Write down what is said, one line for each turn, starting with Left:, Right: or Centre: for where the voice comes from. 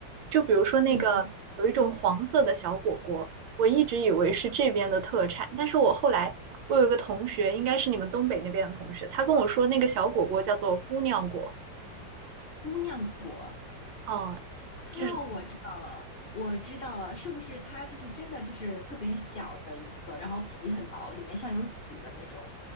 Right: 就比如说那个有一种黄色的小果果，
Left: 嗯，
Right: 我一直以为是这边的特产，但是我后来我有一个同学，应该是你们东北那边的同学，他跟我说那个小果果叫做姑娘果，
Left: 姑娘果。
Right: 嗯。就是
Left: 啊，我知道了，我知道了，是不是它就是真的就是特别小的一个，然后皮很薄，里面像有籽的那种？